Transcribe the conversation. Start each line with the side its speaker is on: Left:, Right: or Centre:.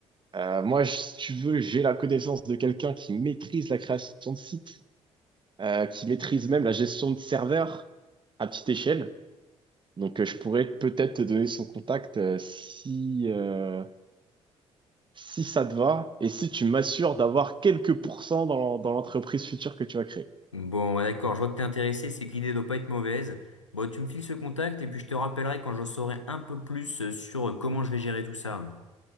Right: Euh, moi, je- si tu veux, j'ai la connaissance de quelqu'un qui maîtrise la création de sites, euh, qui maîtrise même la gestion de serveurs à petite échelle. Donc, euh, je pourrais peut-être te donner son contact euh, si, euh, si ça te va et si tu m'assures d'avoir quelques pourcents dans, dans l'entreprise future que tu vas créer.
Left: Bon, ouais, d'accord, je vois que t'es intéressé, c'est que l'idée doit pas être mauvaise. Bon, tu me files ce contact et puis je te rappellerai quand je saurai un peu plus euh, sur euh, comment je vais gérer tout ça.